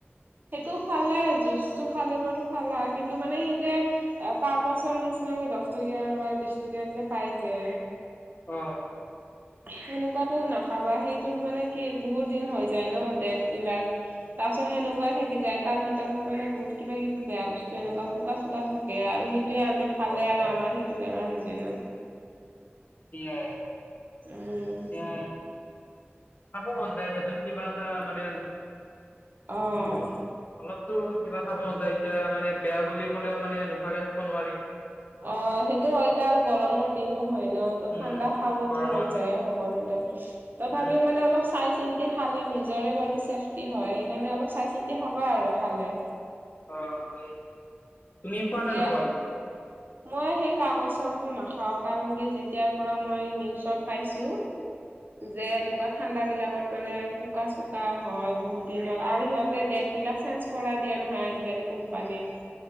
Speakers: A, on the right; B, on the left.
A: সেইটো খোৱালে জুচ টো খালে বাৰু খালাই কিন্তু মানে সেই যে কাগজৰ নিচিনা যে দছ টকীয়াৰ বা বিশ টকীয়াৰ যে পাই যে
B: অ
A: সেনেকুৱাতো নাখাবা সেইটোত মানে কি বহুত দিন হৈ যায় ন ডেট বিলাক তাৰ পিছত সেনেকুৱাই থাকি যায় তাৰ ভিতৰত মানে বহুত কিবা কিবি বেয়া বস্তু এনেকুৱা পোকা চোকা থাকে আৰু সে তেতিয়া আমি খালে
B: অ',
A: আৰু আমাৰ সেইটো বেমাৰ হৈ যায় ন
B: কি হয়
A: উম।
B: এতিয়া খাব মন যায় দিয়াচোন কিবা এটা মানে
A: অ'।
B: কি কম আৰু অলপতো কিবা খাব মন যায় এতিয়া মানে বেয়া বুলি ক'লেও মানে নোখোৱাকে থাকিব নোৱাৰি
A: অ সেইটো হয় এতয়া আৰু গৰমৰ দিনো হয় ন ত
B: উম,
A: ঠাণ্ডা খাবতো
B: গৰমৰ
A: মন
B: দিন
A: যায়ে সকলোৰে তথাপিও
B: উম,
A: মানে অলপ চাই চিন্তি খালে নিজৰে বাৰু চেফটি হয় সেইকাৰণে অলপ চাই চিন্তি খাবা আৰু খালে
B: অ এই তুমি খোৱা নে
A: দে
B: নোখোৱা পিছে
A: মই সেই কাগজৰটো নাখাওঁ কাৰণ কি যেতিয়াৰ পৰা মই নিউজত পাইছো যে এনেকুৱা ঠাণ্ডা বিলাকত মানে পোকা চোকা হয় বহুত দিনৰ আৰু সিহঁতে ডেট বিলাক চেঞ্জ কৰাই দিয়ে নহয় আজিকালি কোম্পানীত